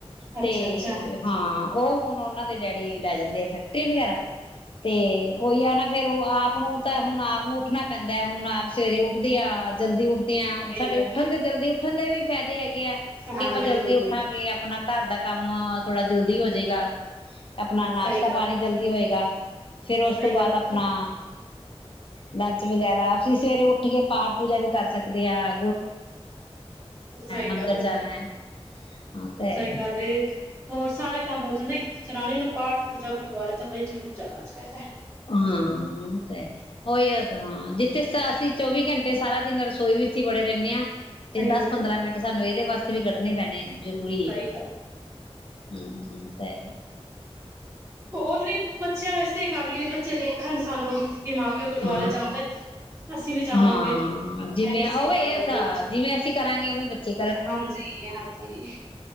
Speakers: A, on the right; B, on the left.
A: ਅੱਛਾ
B: ਤੇ
A: ਅੱਛਾ
B: ਹਾਂ। ਉਹ ਹੁਣ ਉਹਨਾਂ ਦੇ ਡੈਡੀ ਲੈ ਜਾਂਦੇ ਆ ਫੈਕਟਰੀ ਵਗੈਰਾ। ਤੇ ਉਹੀ ਆ ਨਾ ਫੇਰ ਉਹ ਆਪ ਨੂੰ ਤਾਂ ਹੁਣ ਆਪ ਨੂੰ ਉੱਠਣਾ ਪੈਂ ਮੈਂ ਹੁਣ ਆਪ ਸਵੇਰੇ ਉੱਠਦੇ ਆ ਜਲਦੀ ਉਠ ਤੇ ਆਂ
A: ਸਹੀ
B: ਸਾਡੇ
A: ਹੈ
B: ਉੱਠਣ ਦੇ ਜਲਦੀ ਉੱਠਣ ਦੇ ਵੀ। ਫ਼ੈਦੇ ਹੈਗ ਕਿ ਐ
A: ਹਾਂ
B: ਕਿ ਆਪਾਂ
A: ਬਿਲਕੁਲ
B: ਜਲਦੀ ਉੱਠਾਂਗੇ
A: ਬਿਲਕੁਲ
B: ਆਪਣਾ ਘਰ ਦਾ। ਕੰਮ ਥੋੜਾ ਜਲਦੀ ਹੋਜੇਗਾ। ਆਪਣਾ ਨਾਸ਼ਤਾ
A: ਸਹੀ ਗੱਲ
B: ਪਾਣੀ
A: ਹੈ
B: ਜਲਦੀ ਹੋਏ ਫਿਰ ਉਸ
A: ਸਹੀ
B: ਤੋਂ ਬਾਅਦ
A: ਗੱਲ
B: ਆਪਣਾ।
A: ਹੈ
B: ਲੰਚ ਵਗੈਰਾ ਅਸੀਂ ਸਵੇਰੇ ਉੱਠ ਕੇ ਪਾਠ ਪੂਜਾ ਵੀ ਕਰ ਸਕਦੇ ਆ।
A: ਸਹੀ
B: ਮੰਦਿਰ
A: ਗੱਲ ਏ,
B: ਜਾਣਾ ਹੈ ਹਾਂ ਤਾਂ ਹੈ
A: ਸਹੀ
B: ਹੀ
A: ਗੱਲ ਏ, ਹੋਰ ਸਾਰੇ ਕੰਮ ਹੋ ਜਾਂਦੇ ਇੱਕ ਜਨਾਨੀ ਨੂੰ ਪਾਠ ਪੂਜਾ ਗੁਰਦੁਆਰੇ ਤਾਂ ਬਈ ਜ਼ਰੂਰ ਜਾਣਾ ਚਾਹੀਦਾ ਐ।
B: ਹਾਂ ਤਾਂਹੀ ਹੋਏ ਜਾਤਾ ਹਾਂ ਦ ਇਥੇ ਅਸੀਂ ਚੌਵੀ ਘੰਟੇ ਸਾਰਾ ਦਿਨ ਰਸੋਈ ਵਿੱਚ ਹੀ ਬੜੇ ਰਹਿੰਨੇ ਆਂ। ਤੇ
A: ਸਹੀ
B: ਦਸ
A: ਹੈ
B: ਪੰਦਰਾਂ ਮਿੰਟ ਸਾਨੂੰ ਇਹਦੇ ਵਾਸ ਇਥੋਂ ਵੀ ਕੱਢਣੇ ਪੈਣੇ ਐ। ਜ਼ਰੂਰੀ
A: ਸਹੀ
B: ਏ
A: ਗੱਲ
B: ਹੂੰ। ਤੇ
A: ਹੋਰ ਨਹੀਂ ਬੱਚਿਆਂ ਵਾਸਤੇ ਹੀ ਕਰ ਲਈਏ ਤੇ ਵੇਖਨ ਸਾਨੂੰ। ਕਿ ਮਾਂ ਪਿਓ ਗੁਰਦੁਆਰੇ
B: ਹਾਂ
A: ਜਾਂਦੇ ਅਸੀਂ ਵੀ ਜਾਵਾਂਗੇ
B: ਹਾਂ
A: ਇਹੀ
B: ਜਿਵੇਂ ਉਹ
A: ਸੀ ਮਿਲ
B: ਇਹ
A: ਜਾਂਦੀ
B: ਤਾਂ
A: ਪਿੱਛੇ
B: ਜਿਵੇਂ ਅਸੀਂ ਕਰਾਂਗੇ ਉਵੇਂ ਬੱਚੇ
A: ਹਾਂਜੀ ਹਾਂਜੀ